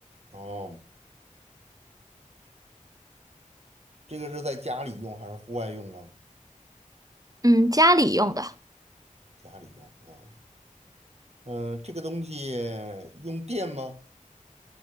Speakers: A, on the right (about 50°); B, on the right (about 25°).
A: 哦，这个是在家里用还是户外用啊？
B: 嗯，家里用的，
A: 家里用啊，嗯，这个东西用电吗？